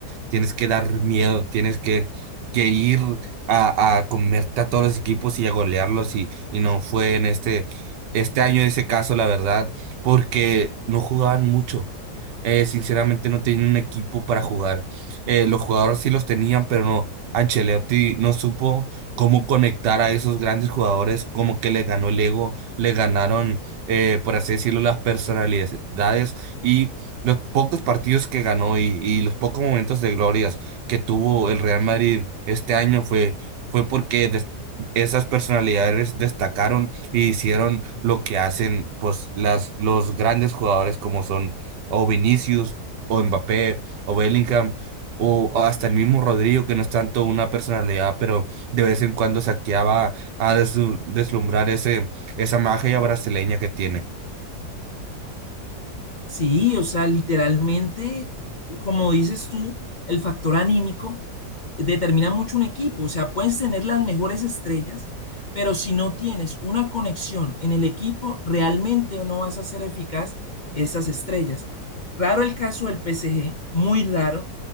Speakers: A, on the right; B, on the left.
A: tienes que dar miedo, tienes que, que ir a, a comerte a todos los equipos y a golearlos y, y no fue en este, este año ese caso, la verdad, porque no jugaban mucho. Eh, sinceramente no tenían un equipo para jugar. Eh, los jugadores sí los tenían, pero no. Ancelotti no supo cómo conectar a esos grandes jugadores, como que les ganó el ego, le ganaron, eh, por así decirlo, las personalidades y los pocos partidos que ganó y, y los pocos momentos de glorias que tuvo el Real Madrid este año fue fue porque des- esas personalidades destacaron y hicieron lo que hacen pues las los grandes jugadores como son o Vinicius o Mbappé o Bellingham o hasta el mismo Rodrigo que no es tanto una personalidad, pero de vez en cuando saqueaba a desu- deslumbrar ese esa magia brasileña que tiene.
B: Sí, o sea, literalmente, como dices tú, el factor anímico determina mucho un equipo. O sea, puedes tener las mejores estrellas, pero si no tienes una conexión en el equipo, realmente no vas a ser eficaz esas estrellas. Raro el caso del PSG, muy raro.